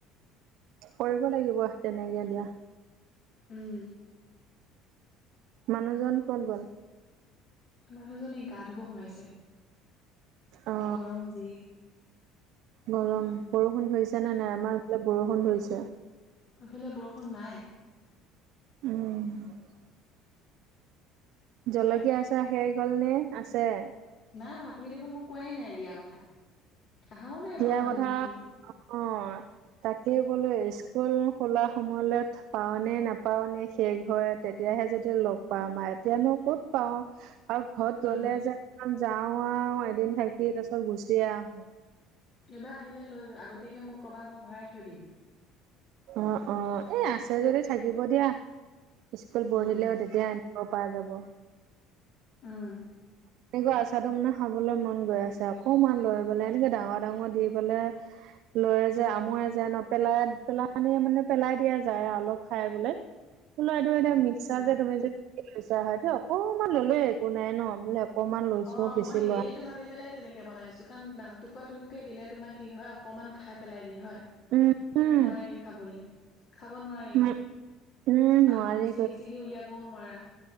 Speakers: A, on the right; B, on the left.
A: কৰিব লাগিব তেনেকে দিয়া। <unintelligible>
B: উম। <inaudible>
A: মানুহজন ক'ত গ'ল?
B: মানুহজন এই গা ধুব সোমাইছে।
A: অঁ!
B: গৰম যি।
A: গৰম বৰষুণ ধৰিছে নে নাই? আমাৰ <inaudible> ফালে বৰষুণ ধৰিছে।
B: এইফালে বৰষুণ নাই।
A: উম-উম। <unintelligible> জলকীয়া
B: ইয়াত
A: আচাৰ শেষ হ'ল নে আছে? <unintelligible>
B: নাই হোৱা। তুমি দেখোন মোক কোৱাই নাই দিয়া কথা? <unintelligible> আহাও নাই
A: দিয়া
B: বাৰু মানুহজনী
A: কথা
B: তুমি
A: <inaudible> অঁ! তাকেই বোলো স্কুল খোলা সময়লৈ পাওঁ নে নাপাওঁ নে শেষ হয় তেতিয়াহে যেতিয়া লগ পাম আউ এতিয়ানো কত পাওঁ? <unintelligible> আৰু ঘৰত
B: উম
A: গ'লে যে যাওঁ আৰু এদিন থাকি তাৰ পিছত গুচি আহোঁ। <unintelligible>
B: এইবাৰ আহিলে লৈ <unintelligible> আগতীয়াকে মোক ক'বা মই ভৰাই থৈ দিম।
A: অঁ-অঁ! এই আছে যদি থাকিব দিয়া স্কুল বহিলেও
B: উম
A: তেতিয়া <unintelligible> ঘৰৰ পাই যাব। <unintelligible>
B: উম। <inaudible>
A: এনেকুৱা আচাৰটো মানে খাবলৈ মন গৈ আছে। অকণমান লৈ পেলাই, এনেকে ডাঙৰ-ডাঙৰ দি পেলাই <unintelligible> লয় যে, আমোৱে যে, নপেলাই <unintelligible> পেলানি মানে পেলাই দিয়া যায় অলপ খাই বোলে, বোলে এইটো এতিয়া মিক্সাৰ
B: উম।
A: যে তুমি যে, এইটো নিচা হয় ত অকমান ললে একো নাই ন বোলে। অকমান লৈছো
B: অঁ'
A: বেছি
B: মই সেই-
A: লোৱা
B: টো ভাবি পেলাই তেনেকে বনাইছো কাৰণ টুকুৰা টুকুকে দিলে তোমাৰ কি হয় অকমান খাই পেলাই দিয়ে হয়।
A: উম উম
B: নোৱগে খাবলৈ খাব নোৱাৰেগে।
A: উম উম নোৱাৰি
B: আৰু তুমি ছিগি ছিগি উলিয়াবও নোৱাৰা।